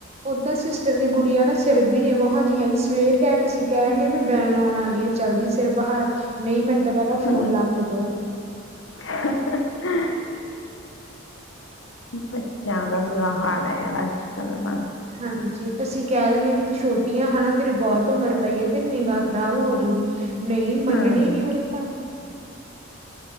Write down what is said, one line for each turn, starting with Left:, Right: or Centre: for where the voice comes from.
Right: ਉ ਤਾਂ ਸਿਸਟਰ ਦੀ ਗੁੜੀਆ ਨਾ ਸਿਰ ਬੀ ਨਾ ਵਹਾਉਂਦੀ ਹੈਗੀ। ਸਵੇਰ ਟੈਮ ਅਸੀ ਕੈਨ ਡਏ ਬੈਨ ਆਉਣ ਵਾਲੀ ਆ। ਜਲਦੀ ਸਿਰ ਬਹਾ ਲਾ, ਨਈ ਮੈਨੂੰ ਤਾਂ ਪੇਹਲਾਂ ਫੋਨ
Left: ਹਮ।
Right: ਲਾ ਕੇ ਦੇਓ।
Left: <unintelligible> ਬੱਚੇਆਂ ਦਾ ਬੁਰਾ ਹਾਲ ਏ, ਨਾ ਅੱਜ- ਕੱਲ ਨਾ
Right: ਹਾਂਜੀ, ਅਸੀਂ ਕੇਅ ਦਿੰਨੇ ਆ ਵੀ ਤੂੰ ਛੋਟੀ ਆ ਹਨਾ। ਤੇਰੀ ਬੋਹਤ ਉਮਰ ਪਈ ਏ, ਤੇਰੀ ਨਿੰਗਾ ਖਰਾਬ ਹੋਜੂਗੀ। ਨਹਈ ਮੰਨ
Left: ਹਮ
Right: ਨੀ ਉਨੇ ਪਰ